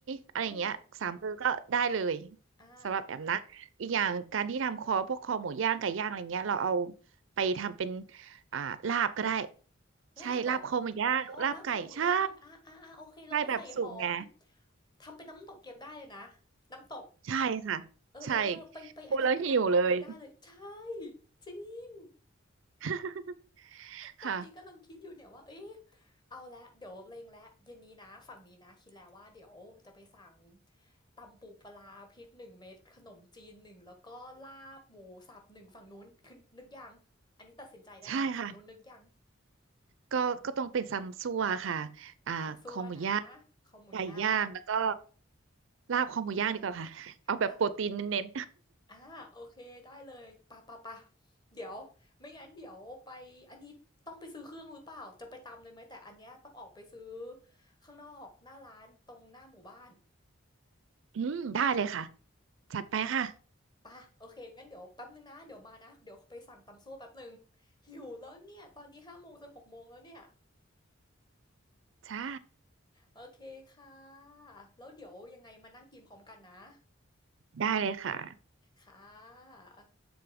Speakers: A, on the right (about 65°); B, on the left (about 20°).
A: อะไรอย่างเงี้ยสามเกลือก็ได้เลย
B: อืมอ่า
A: สำหรับแอมนะอีกอย่างการที่ทำคอพวกคอหมูย่างไก่ย่างอะไรเงี้ยเราเอาไปทำเป็นอ่าลาบก็ได้
B: ลาบเหรอ
A: ใช่ลาบคอหมูย่างลาบไก่ใช่
B: อ๋อลาบคอหมูย่างอ่าอ่าอ่าโอเคแล้วก็ใส่หอม
A: ใช่แบบสุกไง
B: ทำเป็นน้ำตกยังได้เลยนะน้ำตก
A: ใช่ค่ะใช่
B: เออเออเออไปไปอะแดปเป็นน้ำตกยังได้เลยใช่
A: พูดแล้วหิวเลย
B: จริง
A: <laughs>
B: ตอนนี้กำลังคิดอยู่เนี่ยว่า
A: ค่ะ
B: เอ๊ะเอาละเดี๋ยวเล็งแล้วเย็นนี้นะ ฝั่งนี้นะ คิดแล้วว่าเดี๋ยวจะไปสั่งตำปูปลาพริกหนึ่งเม็ดขนมจีนหนึ่งแล้วก็ลาบหมูสับหนึ่งฝั่งนู้นคือนึกยังอันนี้ตัดสินใจได้แล้วฝั่งนู้นนึกยัง
A: ใช่ค่ะก็ก็ต้องเป็นซัมซั่วค่ะอ่าคอหมูย่าง
B: ตำซั่วนะข้าหมูย่าง
A: ไก่ย่างแล้วก็ ลาบคอหมูย่างดีกว่าค่ะ เอาแบบโปรตีนเน้น
B: แล้วอ่าโอเคได้เลยปะปะปะเดี๋ยวไม่งั้นเดี๋ยวไปอันนี้ต้องไปซื้อเครื่องหรือเปล่า จะไปตำเลยไหม แต่อันเนี้ยต้องออกไปซื้อข้างนอกหน้าร้านตรงหน้าหมู่บ้าน
A: ๆอืมได้เลยค่ะ จัดไปค่ะ
B: ป่ะโอเคงั้นเดี๋ยวแป๊บนึงนะเดี๋ยวมานะเดี๋ยวไปสั่งตำซั่วแป๊บนึงหิวแล้วเนี่ยตอนนี้ห้าโมงจะหกโมงแล้วเนี่ย
A: จ้า
B: โอเคค่ะแล้วเดี๋ยวยังไงมานั่งกินพร้อมกันนะ
A: ได้เลยค่ะ
B: ค่ะ